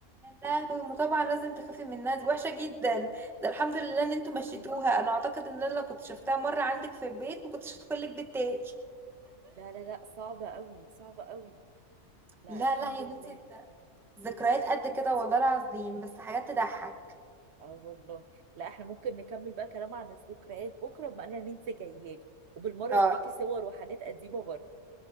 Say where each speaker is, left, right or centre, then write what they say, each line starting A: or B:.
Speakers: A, in the centre; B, on the right (about 65°).
A: يا لهوي ما طبعا لازم تخافي منها دي وحشه جدا ده الحمد لله ان انتوا
B: <laughs>
A: مشيتوها
B: قوي
A: انا اعتقد ان انا لو كنت شفتها مره عندك في البيت ما كنتش هدخل لك بيت تاني
B: لا لا لا صعبه قوي صعبه قوي لا
A: لا
B: الحمد
A: لا يا
B: لله
A: بنتي ده ذكريات قد كده والله العظيم بس حاجات تضحك
B: اه والله لا احنا ممكن نكمل بقى كلام عن الذكريات بكره بما اننا ننسى جيالي وبالمره
A: طيب
B: اوريكي صور وحاجات قديمه برضه